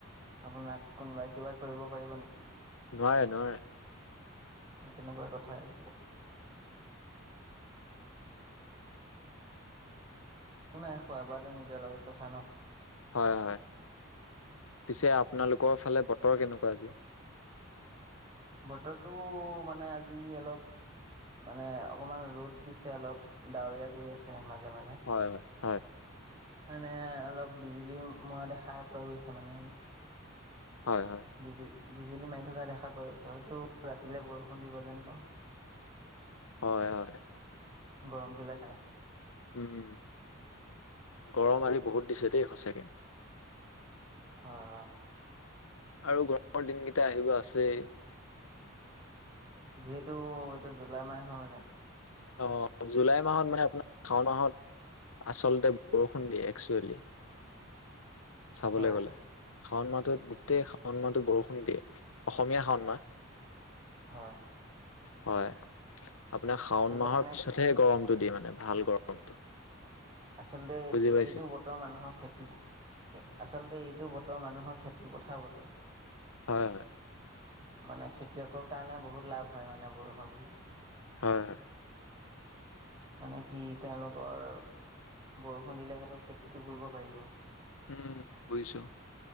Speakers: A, on the right; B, on the left.
A: আপোনাক, কোনোবাই কিবা কৰিব পাৰিব নেকি?
B: নোৱাৰে নোৱাৰে।
A: সেই তেনেকুৱা কথা আৰু। একো নাই, খোৱা বোৱাটো নিজৰ লগত কথা ন।
B: হয় হয়, পিছে আপোনালোকৰ ফালে বতৰ কেনেকুৱা আজি?
A: বতৰটো মানে আজি অলপ মানে অকণমান ৰ'দ দিছে অলপ, ডাৱৰীয়া কৰি আছে মাজে মাজে।
B: হয় হয়, হয়।
A: মানে অলপ বিজুলীও মৰা দেখা পোৱা গৈছে মানে আজি।
B: হয় হয়।
A: বিজুলী, বিজুলী মাৰি থকা দেখা পোৱা গৈছে হয়তো ৰাতিলে বৰষুণ দিব যেন পাওঁ।
B: হয় হয়।
A: গৰমটোলে চাই।
B: উম, গৰম আজি বহুত দিছে দেই সঁচাকে।
A: হয়, হয়।
B: আৰু গৰমৰ দিনকেইটা আহিব আছেই।
A: যিহেতু এইটো জুলাই মাহ নহয় জানো।
B: অ' জুলাই মাহত মানে আপোনাৰ শাওণ মাহত আচলতে বৰষুণ দিয়ে, একচুৱেলি। চাবলৈ
A: হয়
B: গ'লে, শাওণ মাহটোত গোটেই শাওণ মাহটো বৰষুণ দিয়ে, অসমীয়া শাওণ মাহ।
A: হয়।
B: হয়, আপোনাৰ শাওণ
A: আচলতে
B: মাহৰ
A: মানে
B: পিছতহে গৰমটো দিয়ে মানে ভাল গৰমটো।
A: আচলতে
B: বুজি পাইছে
A: এইটো বত তৰ মানুহৰ খেতি-প, আচলতে এইটো বতৰৰ মানুহৰ খেতি-পথাৰ বতৰ।
B: হয়, হয়।
A: মানে খেতিয়কৰ কাৰণে বহুত লাভ হয়, মানে বৰষুণ দিলে।
B: হয়, হয়।
A: মানে কি তেওঁলোকৰ, বৰষুণ দিলে, সেইটো খেতিটো কৰিব পাৰিব।
B: উম, বুজিছো।